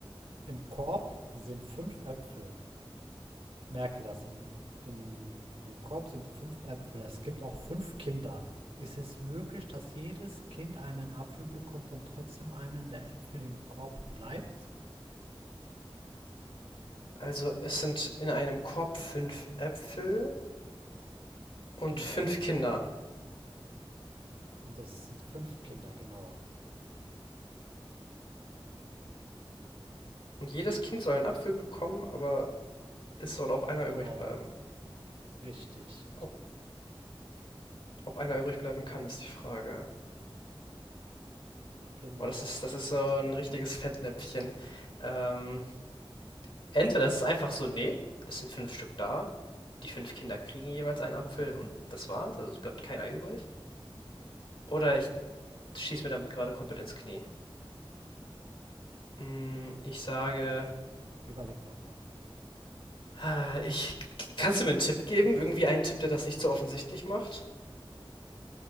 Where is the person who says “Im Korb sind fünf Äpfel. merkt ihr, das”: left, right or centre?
Right